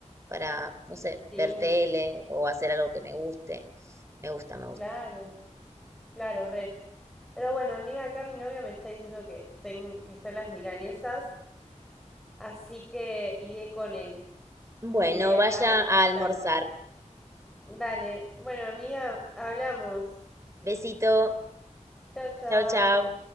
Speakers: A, on the right; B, in the centre.
A: para, no sé,
B: Sí,
A: ver tele o hacer algo que me guste. Me gusta, me gusta.
B: claro, claro, re. Pero bueno, amiga, acá mi novio me está diciendo que, ten- que están las milanesas, así que iré con él.
A: Bueno,
B: Iré
A: vaya
B: a almorzar.
A: a almorzar.
B: Dale. Bueno, amiga, hablamos.
A: Besito.
B: Chao, chao.
A: Chao, chao.